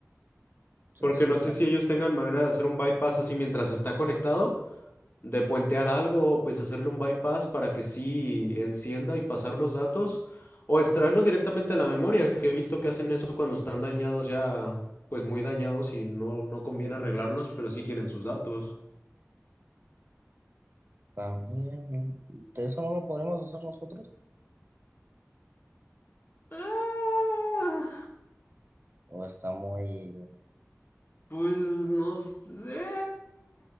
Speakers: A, on the right; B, on the left.
A: Pues
B: porque
A: sí,
B: no
A: tam-
B: sé si ellos tengan manera de hacer un bypass así mientras está conectado, de puentear algo, pues hacerle un bypass para que sí encienda y pasar los datos, o extraerlos directamente de la memoria, que he visto que hacen eso cuando están dañados ya, pues muy dañados y no, no conviene arreglarlos, pero sí quieren sus datos.
A: también. ¿De eso no lo podremos hacer nosotros?
B: Ah,
A: ¿O está muy,
B: pues no sé.